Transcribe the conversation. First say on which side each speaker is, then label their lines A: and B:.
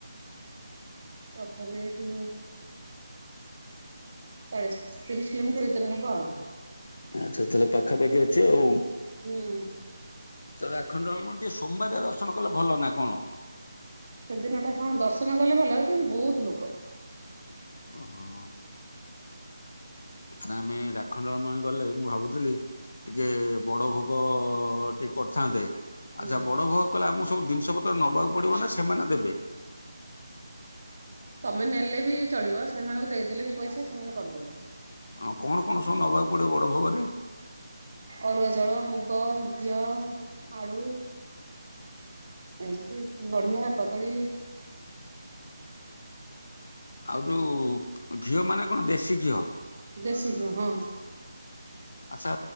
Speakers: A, on the right (about 40°); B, on the left (about 45°).
A: ତଥାପି ଏଠୁ ଚାଳିଶ ତିରିଶ କିଲୋମିଟର ଭିତରେ ହବ ଆଉ।
B: ଆଚ୍ଛା ତାହେଲେ ପାଖାପାଖି ଅଛି ଆଉ।
A: ହୁଁ।
B: ତ ଆଖଣ୍ଡଣି ଟିକେ ସୋମବାରିୟା ଦର୍ଶନ କଲେ ଭଲ ନା କଣ?
A: ସେଦିନଟା ହଁ ଦର୍ଶନ କଲେ ଭଲ କିନ୍ତୁ ବୋହୁତ୍ ଲୋକ।
B: ଓହୋ। ମ ଆମେ ଆଖଣ୍ଡଳମଣି ଗଲେ ମୁଁ ଭାବୁଥିଲି ଟିକେ ବଡ ଭୋଗ ହ ଟିକେ କରିଥାନ୍ତେ
A: ହୁଁ
B: ଆଚ୍ଛା ବଡ କଲେ ଆମକୁ ସବୁ ଜିନିଷ ପତ୍ର ନବାକୁ ପଡିବ ନା ସେମାନେ ଦେବେ?
A: ତମେ ନେଲେ ବି ଚଳିବ ସେମାନଙ୍କୁ ଦେଇଦେଲେ ବି ପଇସା ସେମାନେ କରିଦବ।
B: ହଁ କଣ କଣ ସବୁ ନବାକୁ ପଡିବ ବଡ ଭୋଗରେ?
A: ଅରୁଆ ଚାଉଳ, ମୁଗ ଘିଅ ଆଳୁ। ଏମତି ନଢିଆ କଦଳୀ
B: ଆଉ ଯୋଉ ଘିଅ ମାନେ କଣ ଦେଶୀ ଘିଅ?
A: ଦେଶୀ ଘିଅ ହଁ।
B: ଆଚ୍ଛା